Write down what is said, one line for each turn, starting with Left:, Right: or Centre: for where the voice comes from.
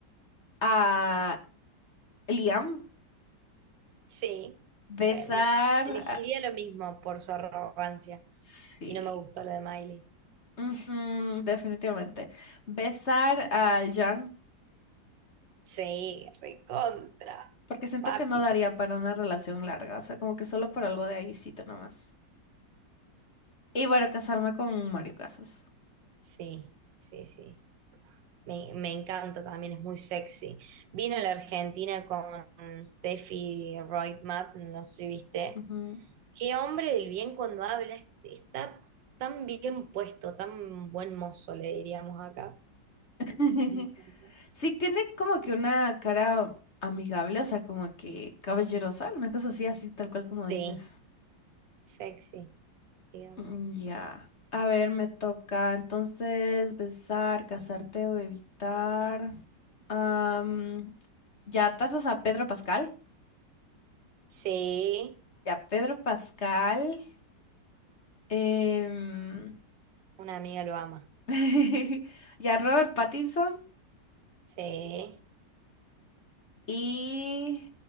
Left: a Liam,
Right: sí.
Left: besar
Right: Eh, me- elegiría
Left: a...
Right: lo mismo por su arrogancia
Left: Sí.
Right: y no me gustó lo de Miley.
Left: Ujú, definitivamente. Besar al Jan
Right: Sí, recontra,
Left: Porque siento
Right: papi.
Left: que no daría para una relación larga, o sea, como que solo por algo de ahícito nomás. Y bueno, casarme con Mario Casas.
Right: Sí, sí, sí. Me, me encanta también, es muy sexy. Vino a la Argentina con Steffi Reutemann, no sé si viste.
Left: Ujú.
Right: Qué hombre del bien cuando habla, est- está tan bien puesto, tan buen mozo, le diríamos acá.
Left: <laughs>
Right: Me encanta.
Left: Sí, tiene como que una cara amigable, o sea, como que caballerosa, una cosa así, así tal cual como
Right: Sí,
Left: dices.
Right: sexy, digamos.
Left: Mm, Ya. A ver, me toca entonces besar, casarte o evitar. Am, ya, tasas a Pedro Pascal.
Right: Sí,
Left: Ya, Pedro Pascal. em,
Right: una amiga lo ama.
Left: <laughs> Y a Robert Pattinson.
Right: Sí.
Left: Y.